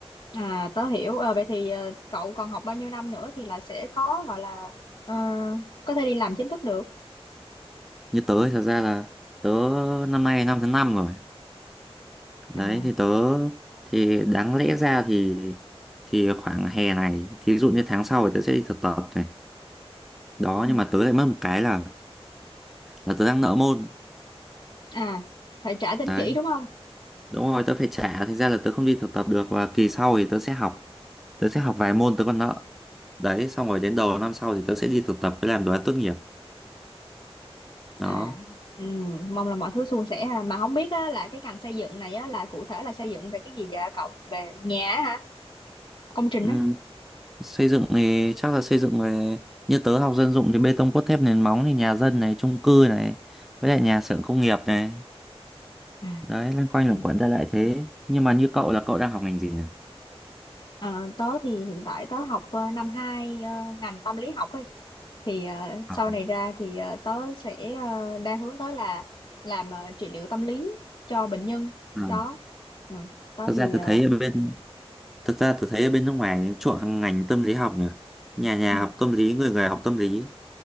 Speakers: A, on the left; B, in the centre.
A: À, tớ hiểu. Ờ, vậy thì ờ, cậu còn học bao nhiêu năm nữa thì là sẽ có gọi là ờ, có thể đi làm chính thức được.
B: như tớ
A: Ừ.
B: thì thật ra là tớ năm nay năm thứ năm rồi đấy
A: À,
B: thì tớ thì đáng lẽ ra thì thì khoảng hè này thí dụ như tháng sau thì tớ sẽ đi thực tập này đó
A: ừ.
B: nhưng mà tớ lại mất một cái là là tớ đang nợ môn
A: à, phải trả tín
B: đấy
A: chỉ đúng không?
B: đúng rồi tớ phải trả thành ra là tớ không đi thực tập được và kỳ sau thì tớ sẽ học tớ sẽ học vài môn tớ còn nợ đấy xong rồi đến đầu năm sau thì tớ sẽ đi thực tập với làm đồ án tốt nghiệp
A: À,
B: đó
A: ừ, mong là mọi thứ suôn sẻ ha. Mà không biết á, là cái ngành xây dựng này á, là cụ thể là xây dựng về cái gì vậy cậu? Về nhà á hả? Công trình
B: Ừ.
A: á?
B: xây dựng thì chắc là xây dựng về như tớ học dân dụng thì bê tông cốt thép nền móng thì nhà dân này chung cư này với lại nhà xưởng công nghiệp này
A: À,
B: đấy loanh quanh
A: ừ.
B: luẩn quẩn ra lại thế nhưng mà như cậu là cậu đang học ngành gì nhỉ
A: Ờ, tớ thì hiện tại tớ học ờ, năm 2 ngành tâm lý học ấy. Thì ờ,
B: À,
A: sau này ra thì ờ, tớ sẽ ờ, đang hướng tới là làm ờ, trị liệu tâm lý cho bệnh nhân
B: ừ.
A: đó. Ừ, tớ
B: Thật
A: thì
B: ra tôi
A: ờ,
B: thấy ở bên thật ra tôi thấy ở bên nước ngoài chuộng ngành tâm lý học nhỉ nhà nhà
A: ừ.
B: học tâm lý người người học tâm lý